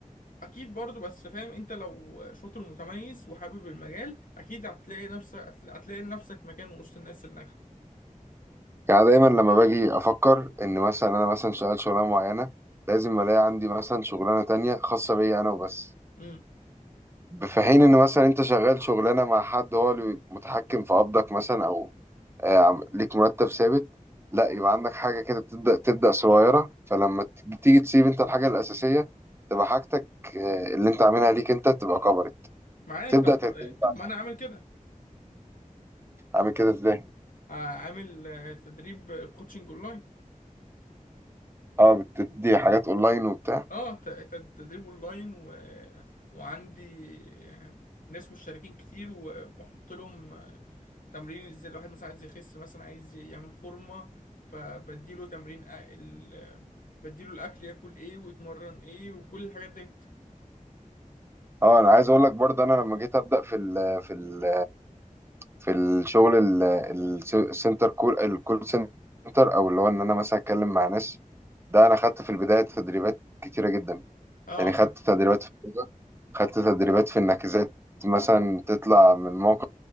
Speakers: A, on the left; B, on the right.
A: اكيد برضو بس فاهم انت لو شاطر متميز وحابب المجال اكيد هتلاقي نفسك هتل- هتلاقي لنفسك مكان وسط الناس الناجحه
B: يعني دايما لما باجي افكر ان مثلا انا مثلا شغال شغلانه معينه لازم الاقي عندي مثلا شغلانه تانية خاصه بيا انا وبس
A: امم
B: في حين ان مثلا انت شغال شغلانه مع حد هو اللي متحكم في قبضك مثلا او آه، عم- ليك مرتب ثابت لا يبقى عندك حاجة كده تبدأ تبدأ صغيرة فلما تيجي تيجي تسيب انت الحاجة الأساسية تبقى حاجتك آه، اللي انت عاملها ليك انت تبقى كبرت
A: معاك
B: تبدأ
A: طب
B: تعتمد
A: طب طب
B: عليها
A: ما انا عامل كده
B: عامل كده ازاي
A: آه، عامل آه، تدريب كوتشنج اونلاين
B: اه بتدي حاجات اونلاين وبتاع
A: اه ت- ت- تدريب اونلاين و... وعندي آه، ناس مشتركين كتير وبحط لهم آه، تمرين ازاي الواحد مثلا عايز يخس مثلا عايز يعمل فورمه فبديله تمرين أ- ال... آه، بديله الاكل ياكل ايه ويتمرن ايه وكل الحاجات ديت
B: اه انا عايز اقول لك برضه انا لما جيت ابدا في ال في ال في الشغل ال- الس- السنتر كول الكول سنتر او اللي هو ان انا مثلا اتكلم مع ناس ده انا خدت في البدايه تدريبات كتيره جدا
A: اه
B: يعني خدت
A: آه.
B: تدريبات في اللغة خدت تدريبات في انك ازاي مثلا تطلع من موقف